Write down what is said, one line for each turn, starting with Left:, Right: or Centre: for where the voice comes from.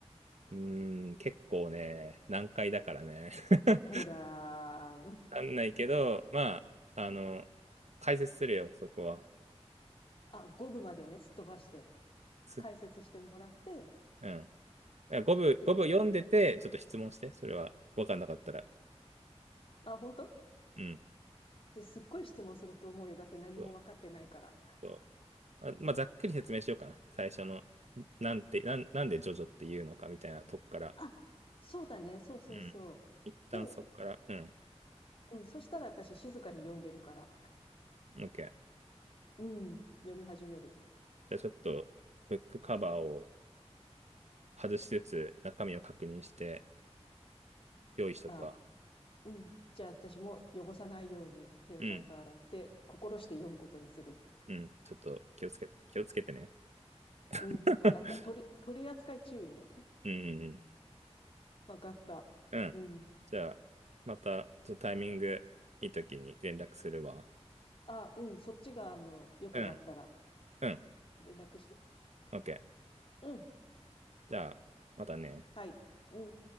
Right: うーん。結構ね、難解だからね。<laughs>
Left: ほらー、うん
Right: わかんないけど、まあ、あの、解説するよ、そこは。
Left: あ、五部までね、すっ飛ばして、
Right: す
Left: 解説してもらって、
Right: うん。5部、
Left: で、
Right: 5部読んでて、ちょっと質問して、それは分かんなかったら。
Left: あ、本当
Right: うん。
Left: ですっごい質問すると思うよ。だって何も分かってないから。
Right: そうそうあまあ、ざっくり説明しようかな。最初の、なんて、なん、なんでジョジョっていうのかみたいなとこから。
Left: あ、そうだね、そうそうそう。
Right: うん。一旦そこから。
Left: で、
Right: うん。
Left: うん、そしたら私静かに読んでるから、
Right: OK。
Left: うん、読み始める。
Right: じゃあちょっと、ブックカバーを外しつつ、中身を確認して、用意しとくわ。
Left: あ、うん。じゃあ私も汚さないように手をちゃんと洗って、
Right: うん、
Left: 心して読むことにする。
Right: うん、ちょっと気をつけ、気をつけてね
Left: うん、
Right: <laughs>。
Left: わかった。取り、取り扱い注意ね。
Right: うん、
Left: わかった。
Right: うん、うん。
Left: うん。
Right: じゃあ、また、ちょっとタイミングいい時に連絡するわ。
Left: あ、うん、そっちが、あの、良くなったら
Right: うん、うん、
Left: 連絡して。
Right: オッケー。
Left: うん。
Right: じゃあ、またね。
Left: はい。うん。